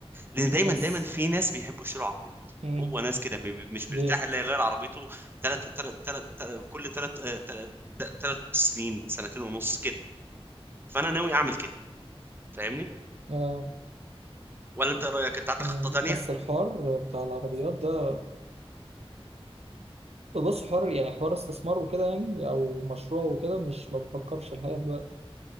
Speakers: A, on the right; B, on the right.
A: لان دايما
B: بس
A: دايما في ناس بيحبوا يشتروا عربيات
B: مم.
A: هو ناس كده بي- بي- مش بيرتاح
B: ليه؟
A: الا يغير عربيته تلات تلات تلات تلات- كل تلات آه، تلات تلات سنين سنتين ونص كده فانا ناوي اعمل كده فاهمني
B: اه
A: ولا انت إيه رايك انت عندك
B: مم.
A: خطة تانية
B: بس الحوار بتاع العربيات ده بص حوار يعني حوار استثمار وكده يعني او مشروع وكده مش ما بفكرش الحقيقة دلوقتي